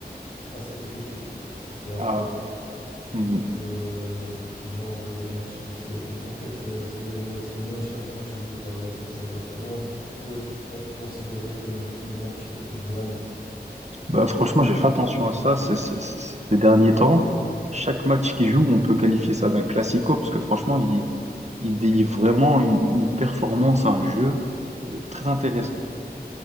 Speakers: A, on the left; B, on the right.
A: Ah, c'était épique. C'était incroyable.
B: Ah,
A: C'était
B: Hmm.
A: euh, genre le match du siècle. En fait, euh, ces dernières semaines, chaque match joué par le FC Barcelone peut être considéré comme le match euh, de l'année. Mm.
B: Bah, franchement, j'ai fait attention à ça ces, ces- ces- ces derniers temps. Chaque match qu'ils jouent, on peut qualifier ça d'un classico, parce que franchement, ils, ils délivrent vraiment une, une performance, un jeu euh, très intéressant.